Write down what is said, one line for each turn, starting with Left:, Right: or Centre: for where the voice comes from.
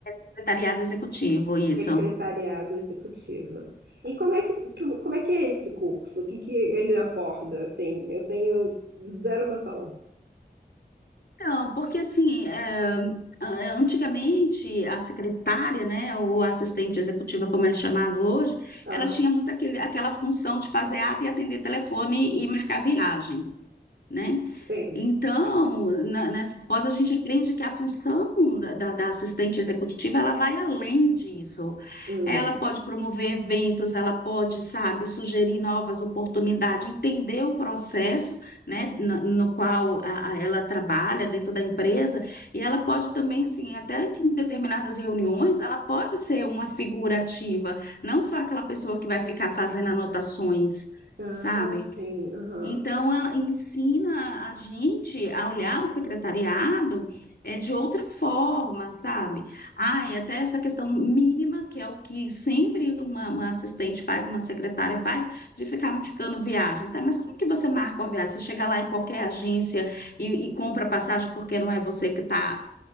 Left: Secretariado executivo, isso.
Right: Secretariado Executivo. E como é que, que- como é que é esse curso? O que que ele aborda, assim? Eu tenho zero noção.
Left: Então, porque assim, é, a- antigamente a secretária, né, ou a assistente executiva, como é chamado hoje,
Right: Ah,
Left: ela tinha muito aquele, aquela função de fazer ata e atender telefone e marcar viagem né?
Right: tem.
Left: Então, na- nessa pós, a gente aprende que a função da, da- da assistente executiva, ela vai além disso.
Right: Hum.
Left: Ela pode promover eventos, ela pode, sabe, sugerir novas oportunidades, entender o processo, né, na- no, qual a- a- ela trabalha dentro da empresa, e ela pode também, assim, até em determinadas reuniões, ela pode ser uma figura ativa, não só aquela pessoa que vai ficar fazendo anotações,
Right: Ah,
Left: sabe?
Right: sim. Aham.
Left: Então, ela ensina a gente a olhar o secretariado é, de outra forma, sabe? Ah, e até essa questão mínima, que é o que sempre uma, uma assistente faz, uma secretária faz, de ficar marcando viagem. Tá, mas como que você marca uma viagem? Você chega lá em qualquer agência e, e compra passagem porque não é você que está